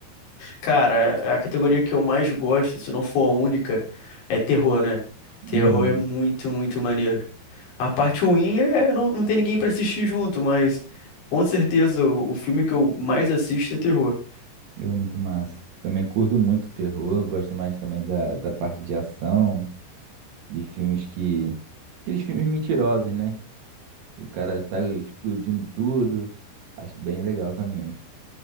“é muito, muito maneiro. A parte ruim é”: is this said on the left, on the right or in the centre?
Left